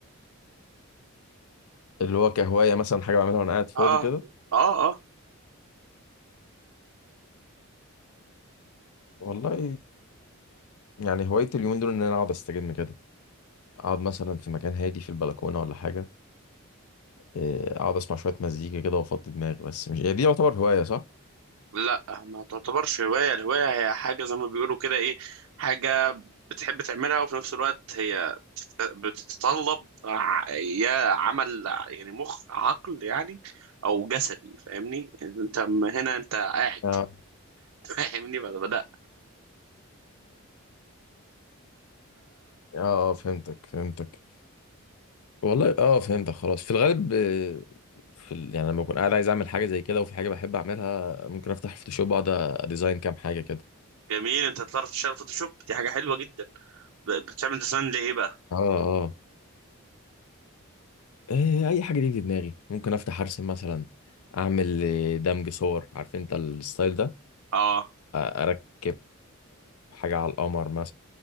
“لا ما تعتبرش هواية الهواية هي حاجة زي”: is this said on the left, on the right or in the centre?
Right